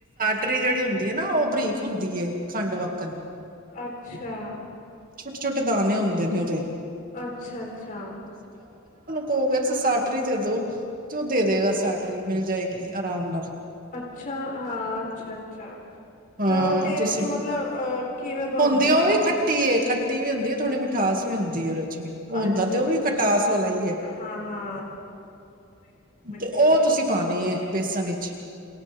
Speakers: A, on the right (about 45°); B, on the left (about 40°).
A: ਪਟਰੀ ਜਿਹੜੀ ਹੁੰਦੀ ਹੈ ਨਾ ਉਹ ਬਰੀਕ ਹੁੰਦੀ ਏ ਖੰਡ ਵਕਣ
B: ਅੱਛਾ
A: ਛੋਟੇ ਛੋਟੇ ਦਾਣੇ ਹੁੰਦੇ ਨੇ ਉਹਦੇ
B: ਅੱਛਾ ਅੱਛਾ
A: ਹੋ ਗ ਸਾਟਰੀ ਦੇ ਦੋ ਤੇ ਉਹ ਦੇ ਦੇਗਾ ਸਾਟਰੀ ਮਿਲ ਜਾਏਗੀ ਆਰਾਮ ਨਾਲ
B: ਅੱਛਾ ਹਾਂ ਅੱਛਾ ਅੱਛਾ ਤੇ
A: ਹਾਂ
B: ਉਹਦਾ ਟੇਸਟ
A: ਤੁਸੀਂ
B: ਮਤਲਬ ਕਿਵੇਂ ਦਾ
A: ਹੁੰਦੀ
B: ਹੁੰਦਾਓਦਾ
A: ਉਹ ਵੀ ਹੁੰਦੀ ਥੋੜੀ ਮੀਠੀ ਵੀ ਹੁੰਦੀ ਖਟਾਸ ਵੀ ਹੁੰਦੀ ਹੈ ਉਹਦੇ ਚ ਵੀ ਉਹ ਹੁੰਦਾ
B: ਅੱਛਾ
A: ਤੇ ਉਹ ਵੀ
B: ਅੱਛਾ
A: ਖਟਾਸ ਵਾਲਾ ਹੀ ਹੈ
B: ਹਾਂ ਹਾਂ ਵਹੀ, ਮਿੱਠੀ
A: ਤੇ ਉਹ
B: ਚੀਜ਼
A: ਤੁਸੀਂ ਪਾਉਣੀ ਹੈ ਬੇਸਨ ਵਿੱਚ